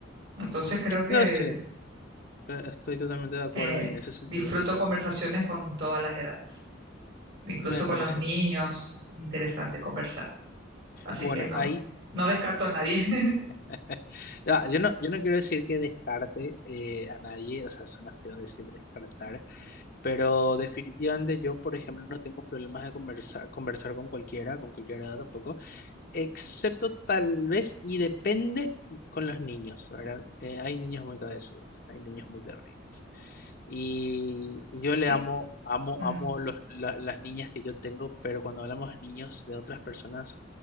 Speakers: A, on the right (about 60°); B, on the left (about 50°).
A: Entonces creo que
B: Yo sí, eh, estoy totalmente de acuerdo
A: Eh,
B: en ese sentido.
A: disfruto conversaciones con todas las edades, incluso
B: Me
A: con
B: parece
A: los niños,
B: bien.
A: interesante conversar. Así
B: Bueno,
A: que no,
B: ahí,
A: no descarto a nadie. <laughs>
B: <laughs> ah, yo no, yo no quiero decir que descarte eh, a nadie, o sea, suena feo decir descartar, pero definitivamente yo, por ejemplo, no tengo problemas de conversar, conversar con cualquiera, con cualquier edad tampoco. excepto tal vez y depende con los niños, ¿verdad? Eh, hay niños muy cabezudos, hay niños muy terribles. Y, y yo le
A: Sí.
B: amo, amo,
A: Mm,
B: amo los- la- las niñas que yo tengo, pero cuando hablamos de niños de otras personas,